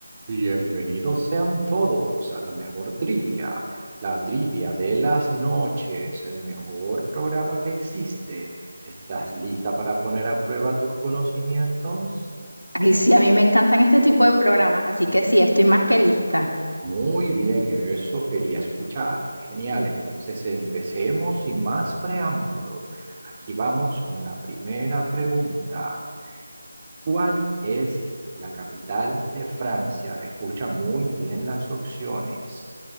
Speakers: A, on the right; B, on the left.
A: Bienvenidos sean todos a la mejor trivia, la trivia de las noches, el mejor programa que existe. ¿Estás lista para poner a prueba tus conocimientos?
B: Ay, sí, a mí me encantan este tipo de programas, así que sí, estoy más que lista.
A: Muy bien, eso quería escuchar. Genial, entonces empecemos sin más preámbulo. Aquí vamos con la primera pregunta. ¿Cuál es la capital de Francia? Escucha muy bien las opciones.